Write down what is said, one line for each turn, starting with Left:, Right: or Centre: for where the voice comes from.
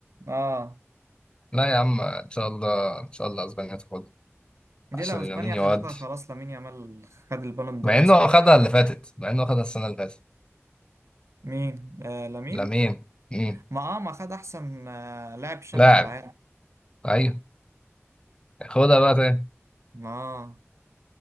Right: اه
Left: لا يا عم ان شاء الله ان شاء الله اسبانيا تاخدها
Right: دي
Left: عشان
Right: لو اسبانيا
Left: لامين يودي
Right: خدتها خلاص لامين يامال خد البالون دور
Left: مع
Right: مستريح
Left: انه اخدها اللي فاتت مع انه اخدها السنه اللي فاتت
Right: مين آه لامين
Left: لامين مم.
Right: ما اه ما خد احسن آه لاعب شاب
Left: لاعب
Right: في العالم
Left: ايوه خدها بقى تاني
Right: ما آه